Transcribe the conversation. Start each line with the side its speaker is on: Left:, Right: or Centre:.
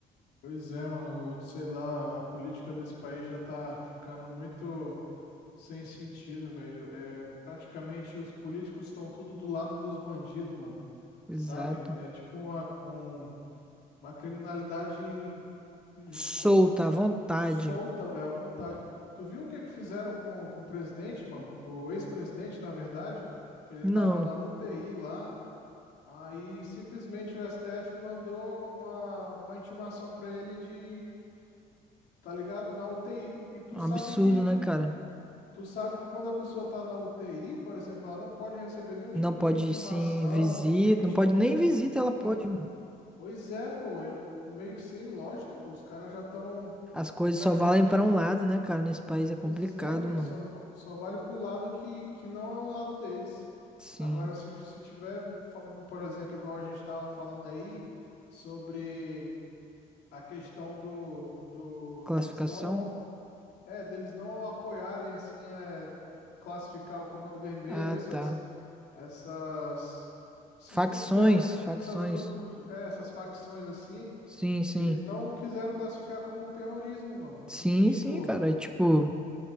Left: Pois é, mano, sei lá, a política desse país já tá ficando muito sem sentido, velho. É, praticamente os políticos estão tudo do lado dos bandidos, mano,
Centre: Exato.
Left: sabe? É tipo uma, um- uma criminalidade ju-
Centre: Solta
Left: como
Centre: à vontade.
Left: solta, velho, à vontade. Tu viu o que é que fizeram com, com o presidente, mano? O ex-presidente, na verdade, que ele
Centre: Não.
Left: tava na UTI lá, aí simplesmente o STF mandou uma, uma intimação pra ele de tá ligado? Na UTI. E tu
Centre: É um
Left: sabe
Centre: absurdo,
Left: que
Centre: né, cara?
Left: tu sabe que quando a pessoa tá na UTI, por exemplo, ela não pode receber nenhum tipo
Centre: Não pode
Left: de intimação,
Centre: sim visita.
Left: nem tipo
Centre: Não pode nem visita,
Left: de visita.
Centre: ela pode, mano.
Left: Pois é, pô, é meio que sem lógica, pô. Os caras já estão.
Centre: As coisas
Left: Como
Centre: só
Left: é que
Centre: valem
Left: eu posso. di-
Centre: pra um lado, né, cara? Nesse país
Left: Pois
Centre: é complicado,
Left: é, velho,
Centre: mano.
Left: só, va- só vale pro lado que, que não é o lado deles.
Centre: Sim.
Left: Agora, se, se tiver, fa- por exemplo, igual a gente tava falando aí, sobre a questão do, do
Centre: Classificação?
Left: deles não É, deles não apoiarem assim é, classificar o Comando Vermelho,
Centre: Ah,
Left: essas
Centre: tá.
Left: essas esses
Centre: Facções,
Left: grupos terror,
Centre: facções.
Left: essas grupos, é, essas facções assim,
Centre: Sim, sim.
Left: eles não quiseram classificar como terrorismo, mano.
Centre: Sim,
Left: No, tipo,
Centre: sim, cara. É tipo.